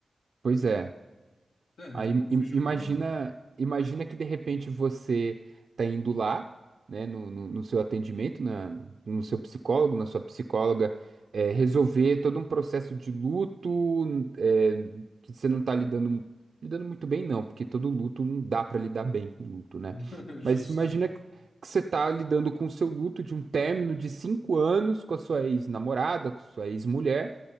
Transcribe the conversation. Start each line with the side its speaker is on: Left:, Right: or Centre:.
Right: Pois é,
Left: É, não
Right: Aí
Left: tem como fugir
Right: im- imagina,
Left: muito, não.
Right: imagina que de repente você tá indo lá, né, no, no, no seu atendimento, na, no seu psicólogo, na sua psicóloga, é, resolver todo um processo de luto, é, que você não tá lidando, lidando muito bem, não, porque todo luto não dá para lidar bem com luto, né?
Left: <laughs> Justo.
Right: Mas imagina que que você tá lidando com o seu luto de um término de cinco anos com a sua ex-namorada, com sua ex-mulher.